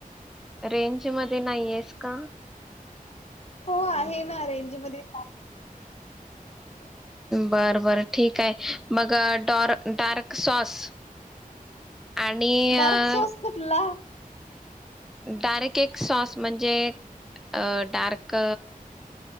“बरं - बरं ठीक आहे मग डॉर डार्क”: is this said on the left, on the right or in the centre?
Centre